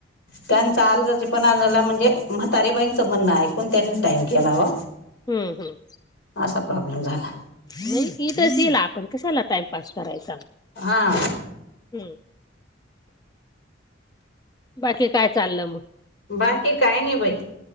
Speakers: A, on the left (about 70°); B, on the left (about 20°).
A: त्यानं चाल गरजे पणा म्हणजे म, म्हातारी बाईंचं म्हण ऐकून त्यांनी टाईम केला ओ.
B: हम्म हम्म.
A: असा प्रॉब्लेम झाला.
B: नाही इथं दिला, आपण कशाला टाइमपास करायचा.
A: हां.
B: हं. बाकी कायं चालं मग.
A: बाकी काय नाही बाई,